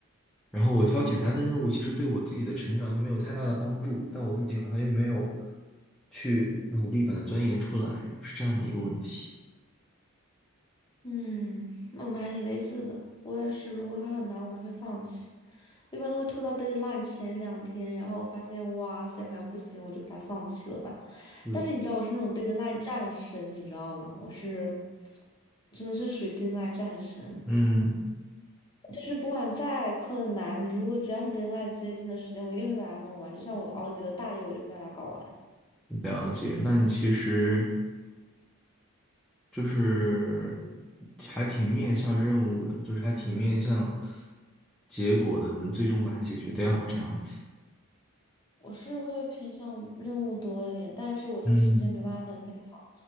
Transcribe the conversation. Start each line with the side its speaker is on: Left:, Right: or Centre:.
Centre: 然后我挑简单的任务，其实对我自己的成长又没有太大的帮助，但我自己好像又没有去努力把它钻研出来，是这样的一个问题。
Left: 嗯，那我们还挺类似的。我也是，如果它很难，我就会放弃。我一般都会拖到 deadline 前两天，然后发现哇塞，好像不行，我就把它放弃了吧。
Centre: 嗯，
Left: 但是你知道我是那种 deadline 战神，你知道吗？我是真的是属于 deadline 战神，
Centre: 嗯，
Left: 就是不管再困难，如果只要是 deadline 接近的时间，我一定会把它弄完。就算我熬几个大夜，我就会把它搞完。
Centre: 了解。那你其实就是还挺面向任务的，就是还挺面向结果的，能最终把它解决掉，这样子。
Left: 我是会偏向任务多一点，但是我这个时间没有办法分配好，
Centre: 嗯